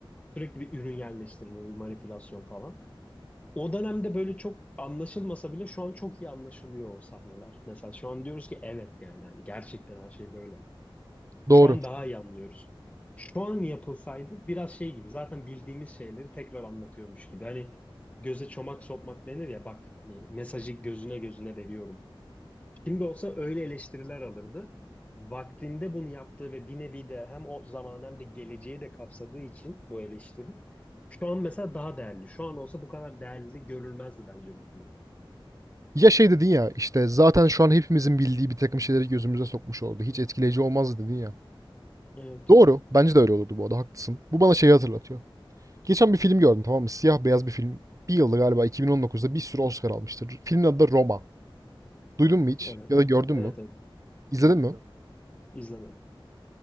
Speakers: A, on the left; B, on the right.
A: sürekli bir ürün yerleştirme, bir manipülasyon falan. O dönemde böyle çok anlaşılmasa bile şu an çok iyi anlaşılıyor o sahneler. Mesela şu an diyoruz ki evet yani hani gerçekten her şey böyle.
B: Doğru.
A: Şu an daha iyi anlıyoruz. Şu an yapılsaydı biraz şey gibi zaten bildiğimiz şeyleri tekrar anlatıyormuş gibi. Hani göze çomak sokmak denir ya bak hani mesajı gözüne gözüne veriyorum. Şimdi olsa öyle eleştiriler alırdı. Vaktinde bunu yaptığı ve bir nevi de hem o zaman hem de geleceği de kapsadığı için bu eleştiri. Şu an mesela daha değerli. Şu an olsa bu kadar değerli görülmezdi bence bu film.
B: Ya şey dedin ya, işte, zaten şu an hepimizin bildiği bir takım şeyleri gözümüze sokmuş oldu. Hiç etkileyici olmazdı dedin ya.
A: Evet.
B: Doğru. Bence de öyle olurdu bu arada. Haklısın. Bu bana şeyi hatırlatıyor. Geçen bir film gördüm tamam mı? Siyah beyaz bir film. Bir yılda galiba 2019'da bir sürü Oscar almıştır. Filmin adı da Roma. Duydun mu hiç?
A: Evet.
B: Ya da gördün
A: Evet,
B: mü?
A: evet.
B: İzledin
A: Gördüm.
B: mi?
A: İzlemedim.